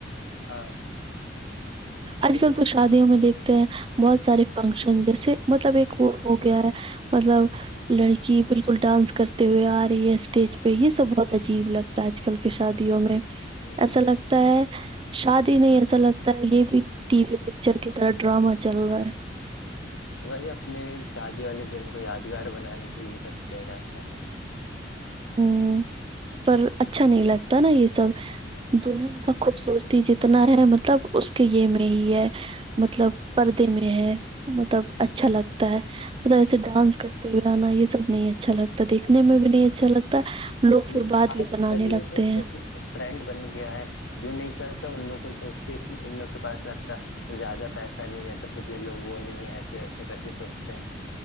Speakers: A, on the left; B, on the right.
A: ہاں
B: اج
A: بولے
B: کل تو شادیوں میں دیکھتے ہیں بہت سارے فنکشن جیسے مطلب ایک وہ ہو گیا ہے مطلب لڑکی بالکل ڈانس کرتے ہوئے آ رہی ہے اسٹیج پہ یہ سب بہت عجیب لگ ہے آج کل کی شادیوں میں
A: ہ ہ
B: ایسا لگتا ہے شادی نہیں ایسا لگتا یہ بھی ٹی وی پکچر کی طرح ڈرامہ چل رہا ہے
A: بھائی اپنے شادی والے دن کو یادگار بنانے کے لیے یہ سب کیا جاتا ہے
B: ہوں پر
A: اپنا
B: اچھا نہیں لگتا نا یہ سب دلہن کا خوبصورتی جتنا ہے مطلب اس کے یہ میں ہی ہے مطلب پردے میں ہے مطلب اچھا لگتا ہے ایسے ڈانس کرتے ہوئے آنا یہ سب نہیں اچھا لگتا تو دیکھنے میں بھی نہیں اچھا لگتا ہے لوگ پھر
A: لیکن
B: بعد
A: آج
B: بھی بنانے
A: کل یہ
B: لگتے ہیں
A: ٹرینڈ بن گیا ہے جو نہیں کرتا ان لوگ کو سوچتے کہ ان لوگوں کے پاس لگتا زیادہ پیسہ نہیں ہے تو پھر یہ لوگ وہ نہیں ایسے ویسے کر کے سوچتے ہیں